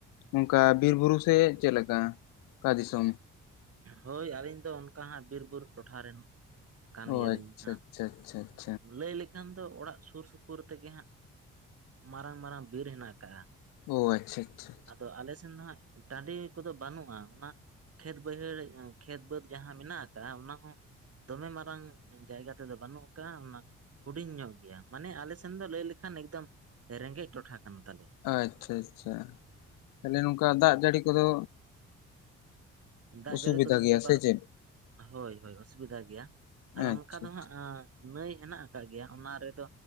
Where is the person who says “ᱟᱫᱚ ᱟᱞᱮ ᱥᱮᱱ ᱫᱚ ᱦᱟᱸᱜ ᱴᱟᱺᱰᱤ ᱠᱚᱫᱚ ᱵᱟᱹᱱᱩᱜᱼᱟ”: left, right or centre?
Right